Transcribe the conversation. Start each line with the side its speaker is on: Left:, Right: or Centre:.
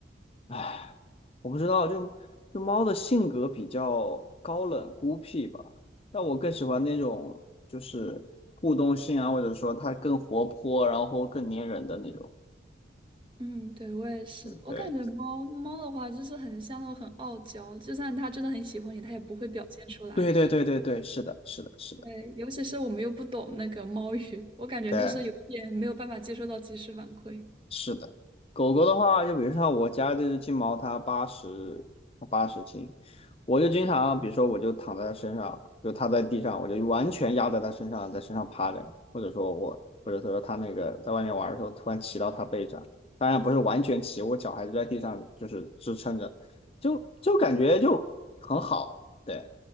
Left: 唉，我不知道，就就猫的性格比较高冷孤僻吧。但我更喜欢那种就是互动性啊，或者说它更活泼，然后更粘人的那种。
Right: 嗯，对，我也是。我感觉猫猫的话，
Left: 对，
Right: 就是很像那种很傲娇，就算它真的很喜欢你，它也不会表现出来。
Left: 对对对对对，是的，是的，是的，
Right: 对，尤其是我们又不懂那个猫语，我感觉就是有一点没有办法接收到及时反馈。
Left: 对。是的，狗狗的话，就比如像我家这只金毛，它八十，它八十斤，我就经常，比如说我就躺在它身上，就它在地上，我就完全压在它身上，在身上趴着，或者说我，或者说它那个在外面玩的时候，突然骑到它背上，当然不是完全骑，我脚还是在地上就是支撑着，就就感觉就很好。对，